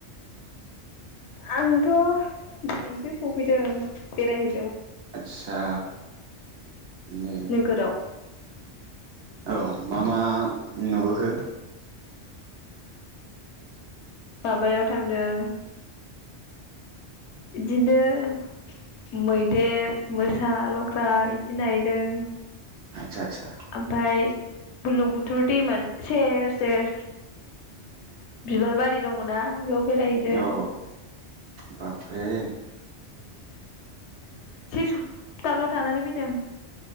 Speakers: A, on the left; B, on the right.
A: आंथ दिनैसो सफैदों बेरायहै
B: आतसा दे।
A: नोगोराव
B: औ मा मा नुबोखो?
A: माबायाव थांदों इदिनो मैदेर, मोसा, लख्रा इदि नायदों
B: आदसा आदसा
A: ओमफ्राय बुरलुंबुथुर दैमानि सेर सेर बिबार बारि दङना बेयाव बेरायहैदों
B: औ औ बाब रे।
A: से सप्ताल थानानै फैदों